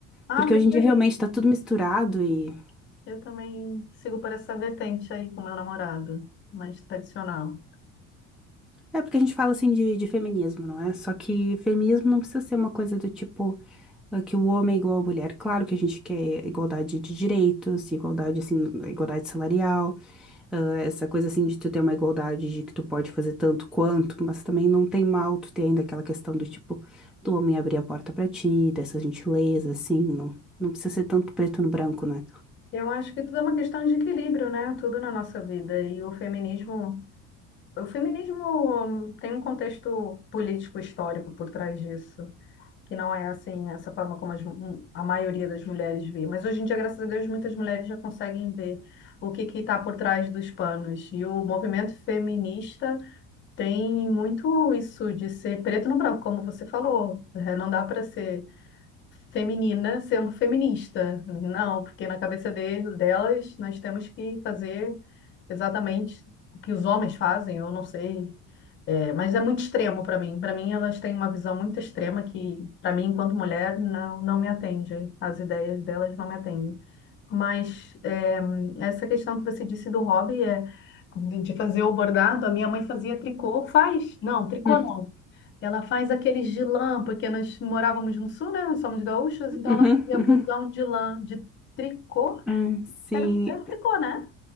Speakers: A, on the left; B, in the centre.
A: Ah,
B: Porque
A: fico
B: hoje em
A: feliz.
B: dia realmente tá tudo misturado e
A: Eu também sigo por essa vertente aí com meu namorado, mais tradicional.
B: É porque a gente fala assim de, de feminismo, não é? Só que feminismo não precisa ser uma coisa do tipo ah, que o homem é igual à mulher. Claro que a gente quer igualdade de direitos, igualdade assim, igualdade salarial, ah, essa coisa assim de tu ter uma igualdade de que tu pode fazer tanto quanto, mas também não tem mal tu ter ainda aquela questão do tipo do homem abrir a porta pra ti, dessa gentileza, assim, não, não precisa ser tanto preto no branco, né?
A: Eu acho que tudo é uma questão de equilíbrio, né? Tudo na nossa vida. E o feminismo, o feminismo hum, tem um contexto político histórico por trás disso. que não é assim, essa forma como as mu- a maioria das mulheres vê. Mas hoje em dia, graças a Deus, muitas mulheres já conseguem ver o que que está por trás dos panos. E o movimento feminista tem muito isso de ser preto no branco, como você falou. É, Não dá para ser feminina sendo feminista. Não, porque na cabeça dele, delas, nós temos que fazer exatamente o que os homens fazem, eu não sei, é, mas é muito extremo para mim. Para mim, elas têm uma visão muito extrema que, para mim, enquanto mulher, não, não me atende. As ideias delas não me atendem. Mas é, essa questão que você disse do hobby é de de fazer o bordado, a minha mãe fazia tricô, faz? Não, tricô
B: Uhum,
A: não. Ela faz aqueles de lã, porque nós morávamos no sul, né? Nós somos gaúchos, então
B: uhum,
A: ela fazia
B: uhum.
A: blusão
B: <laughs>
A: de lã, de tricô.
B: Ah, sim.
A: Era, era tricô, né?